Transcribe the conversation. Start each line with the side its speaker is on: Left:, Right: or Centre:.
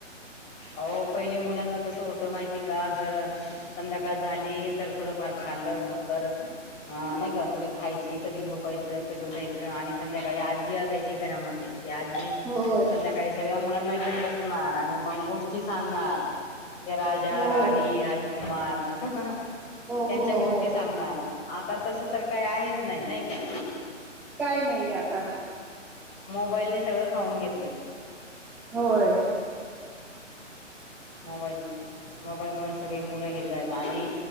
Left: हो पहिले मुलांच कसं होत माहिती का? जर संध्याकाळात झाली तर थोडंफार खालं भाकर नाही का? थोडी खायची कधी झोपायचं, कधी उठायचं आणि संध्याकाळी आजी असायची घरामध्ये या आधी
Centre: होय
Left: संध्याकाळी सगळ्या मुलांना घेऊन बसणार, आणि मंगोष्ट सांगणार ते राजा,
Centre: हो
Left: राणी, राजकुमार त्यांच्या
Centre: हो हो हो.
Left: गोष्टी सांगणार आता तस तर काय आहेच नाही, नाही का?
Centre: काही नाहीये आता
Left: मोबाईल सगळं खाऊन घेतलंय
Centre: होय
Left: मोबाईल मोबाईल मुल सगळे मुलं हे जा आहेत आणि